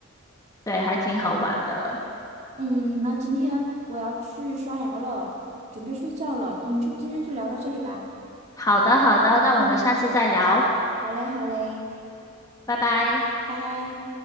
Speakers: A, on the left; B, on the right.
A: 对，还挺好玩的。
B: 嗯，那今天我要去刷牙了，准备睡觉了，我们就今天就聊到这里吧。
A: 好的，好的，那我们下次再聊，
B: 嗯，好嘞，好嘞，
A: 拜拜。
B: 拜。